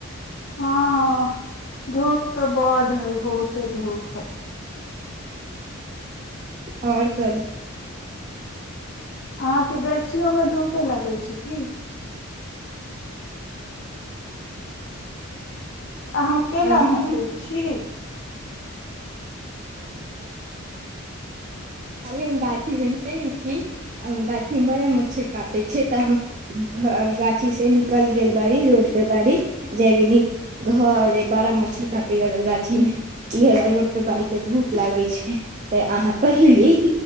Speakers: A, on the left; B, on the right.
A: हँ धूप तऽ बड है बहुते धूप है
B: आओर सभ
A: अहाँके गाछियो में धूपे लगैत छै की <inaudible> अहाँ केेल
B: अभी
A: हँसै
B: हम
A: छी
B: अभे हम गाछीमे ने छी गाछी मे बड़ा मच्छर काटे छै तऽ हम गाछी से न कल गेल बाड़ी रोड पे बाड़ी जयबनी घर बड़ा मच्छर काटे य गाछी में इ रोड पे बाड़ी के धूप लागे छै ते अहाँ कहिली